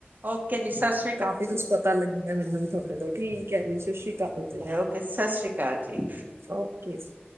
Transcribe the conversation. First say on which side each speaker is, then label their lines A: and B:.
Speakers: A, on the right; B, on the right.
A: ਓਕੇ-ਜੀ ਸਸ਼
B: ਕਾਫ਼ੀ ਕੁਛ ਪਤਾ ਲੱਗਗਿਆ, ਮੈਨੂੰ ਵੀ ਥੋਡੇ ਤੋਂ, ਠੀਕ ਹੈ ਜੀ, ਸਤਿ ਸ਼੍ਰੀ ਕਾਲ ਜੀ,
A: ਓਕੇ ਸਤਿ ਸ੍ਰੀ ਅਕਾਲ ਜੀ
B: ਓਕੇ ਜੀ।